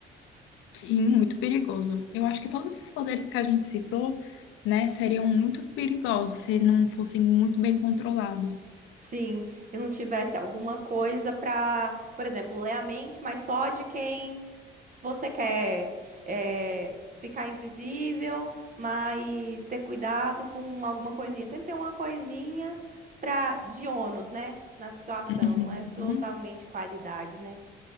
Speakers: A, on the left; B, on the right.
A: Sim, muito perigoso. Eu acho que todos esses poderes que a gente citou, né, seriam muito perigosos se não fossem muito bem controlados.
B: Sim, e não tivesse alguma coisa pra, por exemplo, ler a mente, mas só de quem Você quer eh, ficar invisível, mas ter cuidado com alguma coisinha. Sempre tem uma coisinha pra, de ônus, né? Na situação,
A: Uhum.
B: não é totalmente qualidade, né?